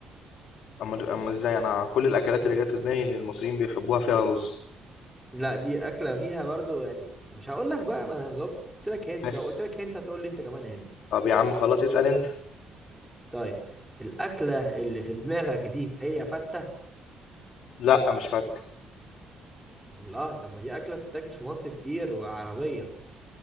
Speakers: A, on the left; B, in the centre.
A: أمّال أمّال إزاي؟ أنا كل الأكلات اللي جات في دماغي إن المصريين بيحبوها فيها رُز.
B: لا دي اكله فيها برضو يعني مش هقول لك بقى ما انا جاوبت لك هنت
A: ماشي.
B: لو قلت لك هنت هتقول لي انت كمان هنت
A: طب يا عم خلاص اسأل أنت.
B: طيب الأكلة اللي في دماغك دي هي فتة؟
A: لأ مش فتة.
B: الله طب ما دي أكلة بتتاكل في مصر كتير وعربية